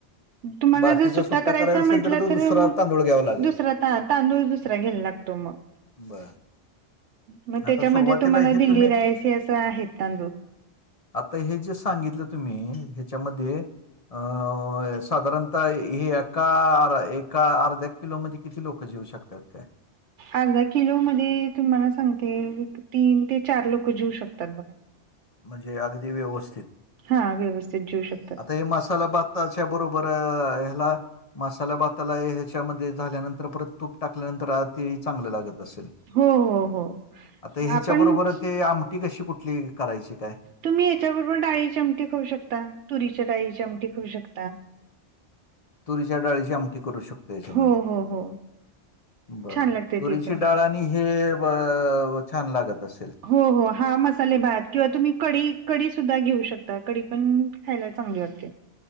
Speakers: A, on the right (about 75°); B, on the left (about 35°).
A: तुम्हाला
B: बाकीचा
A: जर सुट्टा करायचा
B: असेल
A: म्हटलं
B: तो
A: तर,
B: दुसरा
A: मग
B: तांदूळ घ्यावा लागेल.
A: दुसरा तांदूळ दुसरा घ्यायला लागतो. तुम-
B: बरं.
A: मग त्याच्यामध्ये
B: आता सुरुवातीला
A: तुम्हाला
B: हे
A: दिल्ली
B: तुम्ही
A: राईस हे असं आहेत तांदूळ.
B: आत्ता हे जे सांगितलं तुम्ही ह्याच्यामध्ये- अ. साधारणतः हे एका एका अर्ध्या किलोमध्ये किती लोकं जेऊ शकतात? त्यात काय?
A: अर्धा किलो मध्ये तुम्हाला सांगते. तीन ते चार लोकं जेवू शकतात बघा.
B: म्हणजे अगदी व्यवस्थित.
A: हा व्यवस्थित जेवू शकतात.
B: आता हे मसाला भाताच्या बरोबर ह्याला मसाला भाताला- त्यामध्ये झाल्यानंतर परत तूप टाकल्यानंतर ते चांगलं लागत असेल?
A: हो हो हो.
B: आता ह्याच्या
A: आपण
B: बरोबर ते आमटी कशी कुठली करायची काय?
A: तुम्ही याच्याबरोबर डाळीची आमटी खाऊ शकता. तुरीच्या डाळीची आमटी खाऊ शकता.
B: तुरीच्या डाळीची आमटी करू शकतो याच्यामध्ये.
A: हो हो हो
B: बर.
A: छान लागते
B: तुरीची
A: ती पण
B: डाळ आणि हे ब छान लागत असेल?
A: हो हो. हा मसाले भात किंवा तुम्ही कढी कढी सुुद्धा घेऊ शकता. कढी पण खायला चांगली वाटते.